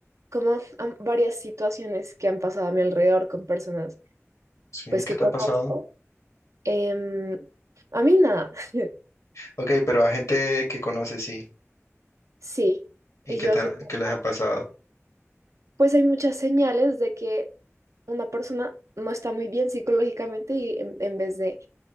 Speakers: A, on the right; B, on the left.
A: como a varias situaciones que han pasado a mi alrededor con personas
B: Sí,
A: pues
B: ¿qué
A: que
B: te
A: conozco.
B: ha pasado?
A: Em, a mí nada, <laughs>
B: Ok, pero a gente que conoces, sí,
A: sí.
B: y
A: Y
B: que,
A: yo
B: te
A: sé,
B: ha-
A: como,
B: que les ha pasado.
A: pues hay muchas señales de que una persona no está muy bien psicológicamente y en en vez de